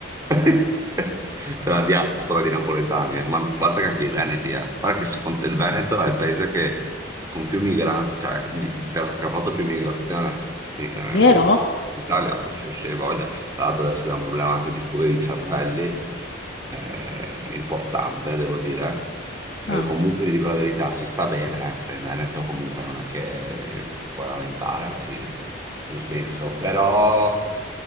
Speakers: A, on the right (about 15°); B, on the left (about 60°).
A: <laughs> C'è la diaspora di napoletani, eh. Ma
B: Sì,
A: guarda che anche i Veneti, eh. Guarda che secondo- il Veneto è il paese che, con più migranti, cioè, di- che, ha, che ha fatto più migrazione eh, in
B: vero?
A: Italia, se si voglia. Tra l'altro adesso abbiamo un problema anche di fuga di cervelli, eh, importante, devo dire. Perché
B: Ah,
A: comunque, ti dico la verità, si sta bene, eh. Cioè in Veneto comunque non è che ti puoi lamentare alla fine nel senso, però